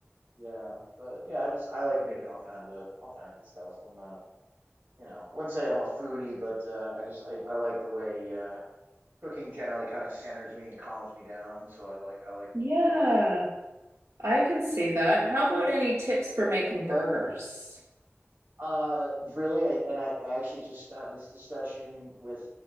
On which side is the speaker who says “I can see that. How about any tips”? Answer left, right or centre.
Right